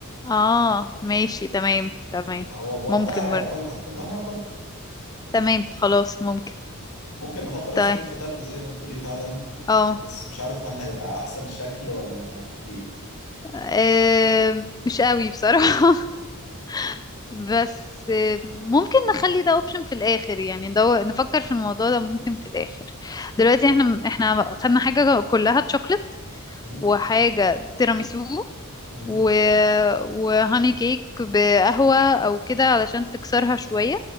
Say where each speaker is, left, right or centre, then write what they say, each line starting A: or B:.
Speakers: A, on the left; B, on the left.
A: اه ماشي تمام تمام
B: هو في وقتها
A: ممكن
B: هياكلها
A: برضه
B: هنطلعها هياكلها
A: تمام خلاص ممكن
B: ممكن نحط الآيس
A: طيب
B: كريم في تلج زي ما بتقولي فعلا
A: اه
B: بس مش عارف هل هيبقى أحسن شكل ولا ايه
A: آم، مش قوي بصراحة <laughs> بس آم، ممكن نخلي ده اوبشن في الاخر يعني ندو... نفكر في الموضوع ده ممكن في الاخر دلوقتي احنا احنا خدنا حاجة كلها تشوكلت
B: مم،
A: وحاجة تيراميسو
B: مم،
A: و... وهاني كيك بقهوة او كده علشان تكسرها شوية